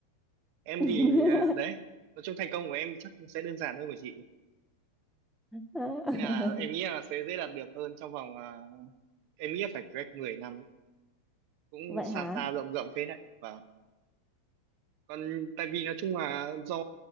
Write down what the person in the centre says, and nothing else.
<laughs>
Đó. <laughs>
vậy
hả